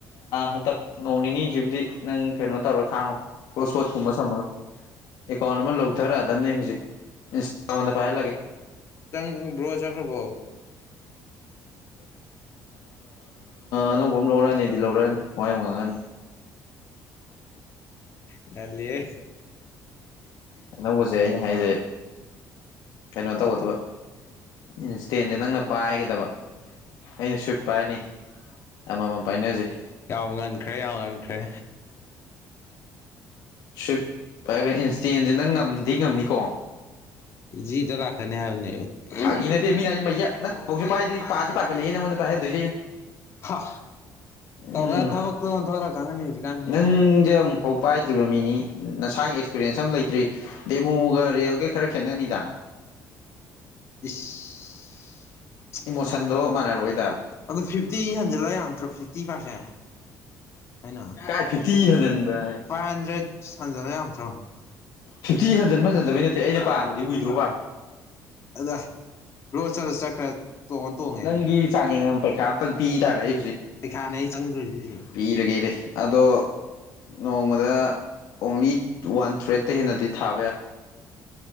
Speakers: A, on the left; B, on the left.
A: ꯍꯟꯗꯛ ꯅꯣꯡ ꯅꯤꯅꯤꯁꯤꯕꯨꯗꯤ ꯅꯪ ꯀꯩꯅꯣ ꯇꯧꯔ ꯁꯥꯡ ꯀꯣꯁꯄꯠ ꯀꯨꯝꯕꯁ ꯑꯃ ꯑꯦꯀꯥꯎꯟ ꯑꯃ ꯂꯧꯊꯔꯛꯑꯗꯕꯅꯤ ꯍꯧꯖꯤꯛ ꯏꯟꯁꯇꯥꯣꯟꯗ ꯄꯥꯏꯍꯜꯂꯒꯦ
B: ꯆꯪꯪ ꯕ꯭ꯔꯣ ꯆꯠꯈ꯭ꯔꯕꯣ
A: ꯑꯅꯧꯕ ꯑꯃ ꯂꯧꯔꯛꯑꯅꯤꯗꯤ ꯂꯧꯔꯛꯑꯅꯤ ꯋꯥ ꯌꯥꯝ ꯉꯥꯡꯉꯅꯤꯨ
B: ꯉꯜꯂꯤꯍꯦ
A: ꯑꯅꯧꯕꯁꯦ ꯑꯩꯅ ꯍꯥꯏꯁꯦ ꯀꯩꯅꯣ ꯇꯧꯒꯗꯕ ꯏꯟꯁꯇꯦꯟꯁꯦ ꯅꯪꯅ ꯄꯥꯏꯒꯗꯕ ꯑꯩꯅ ꯁꯨꯋꯤꯞ ꯄꯥꯏꯔꯅꯤ ꯑꯃꯃꯝ ꯄꯥꯏꯅꯖꯩ
B: ꯌꯥꯝ ꯉꯟꯈ꯭ꯔꯦ ꯌꯥꯝ ꯉꯟꯈ꯭ꯔꯦ
A: ꯁꯋꯤꯞ ꯄꯥꯏꯒ ꯏꯟꯁꯇꯦꯟꯁꯤ ꯅꯪ ꯉꯝꯗꯤ ꯉꯝꯅꯤꯀꯣ
B: ꯖꯤꯗ ꯂꯥꯛꯀꯅꯤ ꯍꯥꯏꯕꯅꯦ <unintelligible>
A: ꯐꯥꯒꯤ ꯅꯠꯇꯦ ꯃꯤꯅ ꯍꯥꯏꯁꯦ ꯃꯌꯥ ꯅꯪ ꯍꯧꯖꯤꯛ ꯄꯥꯏꯗꯤ ꯄꯥꯗꯤ ꯄꯥꯈꯠꯂꯦꯍꯦ ꯅꯪꯉꯣꯟꯗ ꯄꯥꯏꯍꯟꯗꯣꯏꯁꯦ ꯑꯩꯅ
B: ꯍꯥ
A: ꯎꯝ
B: ꯇꯧꯔ ꯊꯕꯛꯇꯣ ꯑꯣꯟꯊꯣꯔ ꯈꯪꯉꯅꯤ ꯍꯧꯖꯤꯛꯀꯥꯟꯁꯤ
A: ꯅꯪꯗꯤ ꯑꯃꯨꯛꯐꯥꯎ ꯄꯥꯏꯗ꯭ꯔꯤꯕ ꯃꯤꯅꯤ ꯅꯁꯥ ꯑꯦꯛꯁꯄꯤꯔꯦꯟꯁ ꯑꯃ ꯂꯩꯇ꯭ꯔꯤ ꯗꯦꯃꯣꯒ ꯔꯤꯌꯦꯜꯒ ꯈꯔ ꯈꯦꯠꯅꯅꯤꯗ
B: ꯏꯁꯐ
A: ꯏꯃꯣꯁꯟꯗꯣ ꯃꯥꯟꯅꯔꯛꯑꯣꯏꯗ
B: ꯑꯗꯨ ꯐꯤꯐꯇꯤ ꯍꯟꯖꯤꯜꯂ ꯌꯥꯝꯠꯇ꯭ꯔꯣ ꯐꯤꯐꯇꯤ ꯐꯁꯦ ꯑꯩꯅ ꯐꯥꯏꯚ
A: ꯀꯥꯏ ꯐꯤꯐꯇꯤ ꯍꯟꯖꯤꯟꯕ
B: ꯍꯟꯗ꯭ꯔꯦꯗ ꯁꯟꯖꯜꯂ ꯌꯥꯝꯠꯇ꯭ꯔꯣ
A: ꯐꯤꯐꯇꯤ
B: ꯍꯟꯊꯟ
A: ꯍꯟꯖꯤꯟꯕ ꯍꯟꯖꯤꯟꯗꯕꯩ
B: ꯍꯟꯦ
A: ꯅꯠꯇꯦ
B: ꯑꯩꯅ ꯄꯗꯣꯗꯣꯛ꯭ꯔ
A: ꯄꯥꯝꯕꯗꯤ ꯋꯤꯗ꯭ꯔꯣ ꯄꯥꯝꯃꯤ
B: ꯑꯗ ꯕ꯭ꯔꯣꯁꯔ ꯆꯀ꯭ꯔ ꯇꯣꯡꯉꯦ ꯇꯣꯉꯦ
A: ꯅꯪꯒꯤ ꯆꯥꯡ ꯌꯦꯡꯉ ꯄꯩꯈꯥ ꯑꯝꯇꯪ ꯄꯤ ꯇꯥꯔꯦ ꯑꯩ ꯍꯧꯖꯤꯛ
B: ꯄꯩꯈꯥꯅꯦ ꯑꯩ ꯆꯪꯗꯣꯢꯁꯤꯁꯦ
A: ꯄꯤꯔꯒꯦꯗꯤ ꯑꯗꯣ ꯅꯣꯡꯃꯗ ꯑꯣꯡꯂꯤ ꯋꯥꯟ ꯇ꯭ꯔꯦꯠꯇꯩ ꯍꯦꯟꯅꯗꯤ ꯊꯥꯕ ꯌꯥ